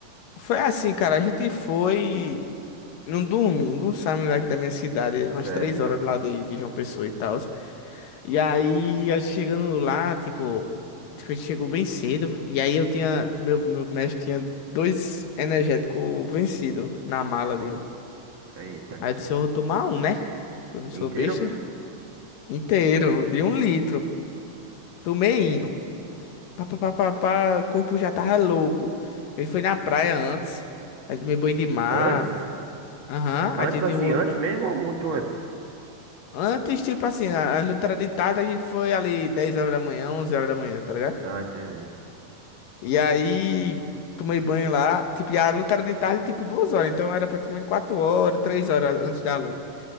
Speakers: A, on the left; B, on the right.
A: Foi assim, cara, a gente foi num domingo, saímos daqui da minha cidade,
B: Certo.
A: umas três horas lá de, de João Pessoa e tal. E aí, a gente chegando lá, tipo, tipo, a gente chegou bem cedo. E aí eu tinha, meu, meu mestre tinha dois energéticos vencidos na mala dele.
B: Eita.
A: Aí eu disse, eu vou tomar um, né? Porque eu não sou
B: Inteiro?
A: besta. Inteiro, de um litro. Tomei indo. Pá, pá, pá, pá, pá, o corpo já tava louco. Ele foi na praia antes, aí tomei banho de mar.
B: Antes?
A: Aham,
B: Antes,
A: a gente
B: assim,
A: rolou.
B: antes mesmo ou muito antes?
A: Antes, tipo assim, a, a luta era de tarde, a gente foi ali 10 horas da manhã, 11 horas da manhã, tá ligado?
B: Ah, entendi.
A: E aí, tomei banho lá. Tipo, e a luta era de tarde, tipo, duas horas. Então, era praticamente quatro horas, três horas antes da luta.